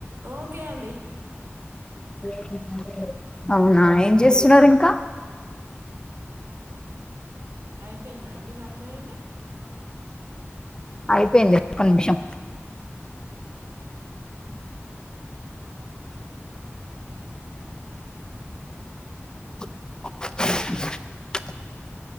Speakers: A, on the right; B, on the left.
A: ఓకే అండి
B: <unintelligible> అవునా ఏం చేస్తున్నారు ఇంకా
A: అయిపోయిందా అండి వన్ మినిట్
B: అయిపోయింది ఒక్క నిమిషం <inaudible>